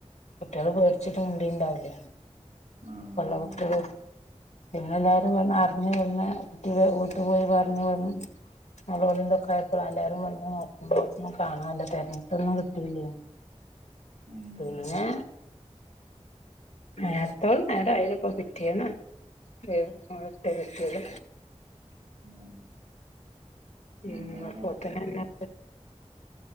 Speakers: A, on the left; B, on the right.
A: കുട്ട്യാള് പേടാച്ച്ട്ട് മുണ്ടീണ്ടാവൂല.
B: ഉം
A: ഇപ്പള്ള കുട്ട്യള്
B: അതെ
A: പിന്നെ എല്ലാരും വ അർഞ്ഞ് വന്ന്, കുട്ടീടെ വീട്ട് പോയി പർഞ്ഞ് വന്ന് നെളോളിം ഇതൊക്കായപ്പളാ എല്ലാരും വന്ന് നോക് <unintelligible> കാണാല്ല, തെര്ഞ്ഞാട്ടൊന്നും കിട്ടീല്ലേനി.
B: ഉം
A: പിന്നെ നേര്ത്തോട് നേരായീലെപ്പൊ പിറ്റേന്ന് <unintelligible> കിട്ട്യേത്.
B: ഉം
A: ഉം
B: എന്തോര
A: അപ്പോത്തിനെന്നെ